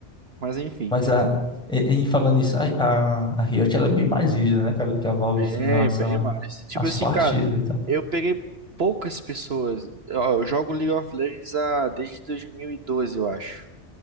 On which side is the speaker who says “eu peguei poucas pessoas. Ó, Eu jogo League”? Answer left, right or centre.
Right